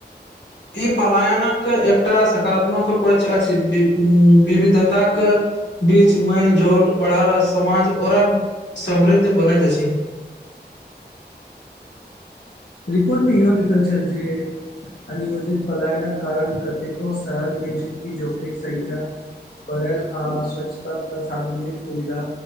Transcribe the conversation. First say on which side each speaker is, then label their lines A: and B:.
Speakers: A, on the left (about 90°); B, on the left (about 65°).
A: ई पलायनक एकटा सकारात्मक पच अछि विविधताक बीच मेल झोल बढ़ाला समाज और समृद्ध बनैत अछि
B: रिपोर्टमे इहो लिखल छल जे अनियोजित पलायनक कारण कतेको शहरमे झुपकी झोपड़ी संख्या बढ़ल आ स्वच्छता स सार्वजनिक सुविधा